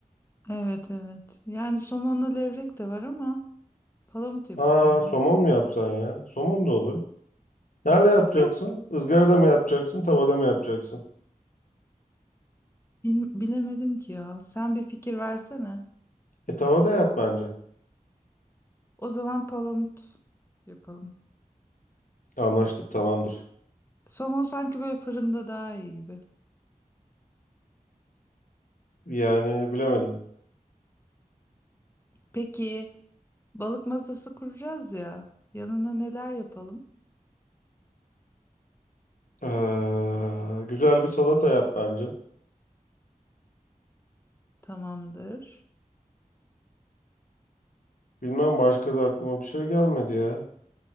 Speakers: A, on the left; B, on the left.
A: Evet evet. Yani somonla levrek de var ama palamut yapalım
B: Aa,
A: ya.
B: somon mu yapsan ya? Somon da olur. Nerede yapacaksın?
A: Yok
B: Izgarada mı yapacaksın? Tavada mı yapacaksın?
A: bil- bilemedim ki ya. Sen bir fikir versene.
B: E tavada yap bence.
A: O zaman palamut yapalım.
B: Anlaştık tamamdır.
A: Somon sanki böyle fırında daha iyi gibi.
B: Yani bilemedim.
A: Peki balık masası kuracağız ya. Yanına neler yapalım?
B: Ee, güzel bir salata yap bence.
A: Tamamdır.
B: Bilmem başka da aklıma bir şey gelmedi ya.